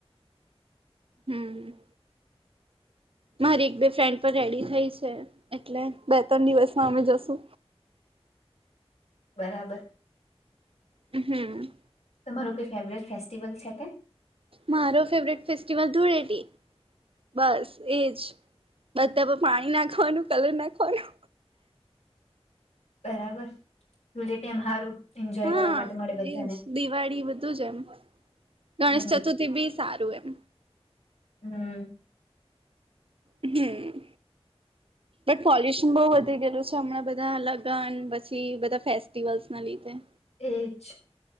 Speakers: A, on the right; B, on the left.
A: હમ મારી એક બે ફ્રેન્ડ પણ રેડી થઈ છે એટલે બે ત્રણ દિવસમાં અમે જશુ
B: બરાબર
A: હમ
B: તમારું કઈ ફેવરેટ ફેસ્ટિવલ છે કે
A: મારો ફેવરેટ ફેસ્ટિવલ ધૂળેટી બસ એજ બધા પર પાણી નાખ ખવાનું કલે ના ખવાનું
B: બરાબર જે ટમ સારું એન્જોય
A: હા
B: કરવા માટે મળે બધાને
A: એજ દિવાળી બધું જ એમ ગણેશ
B: હમ
A: ચતુર્થી બી સારું એમ
B: હમ
A: હમ બટ પોલ્યુશન બહુ વધી ગયેલું છે હમણાં બધા લગન પછી બધા ફેસ્ટિવલ્સ ના લીધે
B: એજ